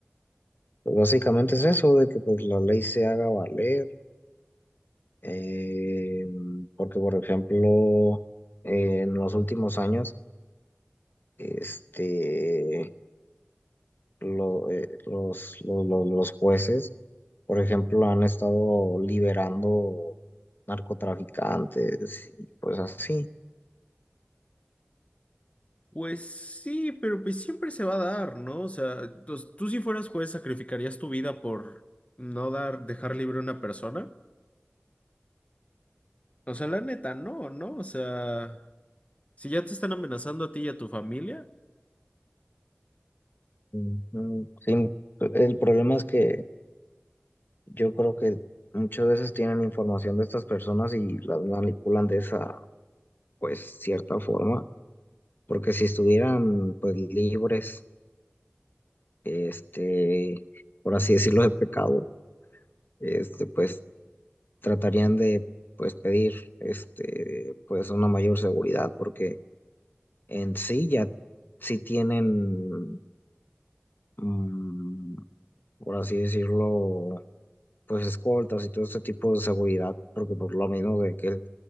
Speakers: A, on the left; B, on the left.
A: pues, básicamente es eso, de que pues la ley se haga valer, eh, porque por ejemplo, eh, en los últimos años, este, lo- eh, los, los, los, los jueces, por ejemplo, han estado liberando narcotraficantes y pues así.
B: Pues sí, pero pues siempre se va a dar, ¿no? O sea, tos- tú si fueras juez, ¿sacrificarías tu vida por no dar, dejar libre a una persona? O sea, la neta, no, ¿no? O sea, si ya te están amenazando a ti y a tu familia.
A: Ujú. Sí, el problema es que yo creo que muchas veces tienen información de estas personas y las manipulan de esa, pues, cierta forma, porque si estuvieran, pues, libres, este, por así decirlo, de pecado, este, pues, tratarían de pues pedir este pues una mayor seguridad porque en sí ya sí tienen mm, por así decirlo pues escoltas y todo este tipo de seguridad porque por lo menos de que el,